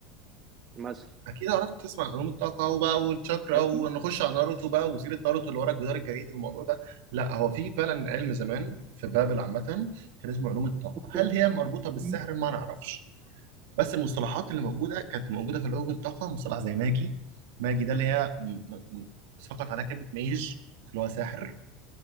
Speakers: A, on the right; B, on the right.
A: مثلا
B: اكيد عرفت تسمع عن علوم الطاقه بقى والشakra
A: اكيد
B: ونخش على ناروتو بقى وسيره ناروتو اللي ورا الجدار الجليدي والموضوع ده لا هو في فعلا علم زمان في بابل عامه كان اسمه علوم الطاقه
A: اوكي
B: هل هي مربوطه بالسحر
A: مم.
B: ما نعرفش بس المصطلحات اللي موجوده كانت موجوده في علوم الطاقه مصطلح زي ماجي ماجي ده اللي هي م- م- م- سقط عليها كلمه ميج اللي هو ساحر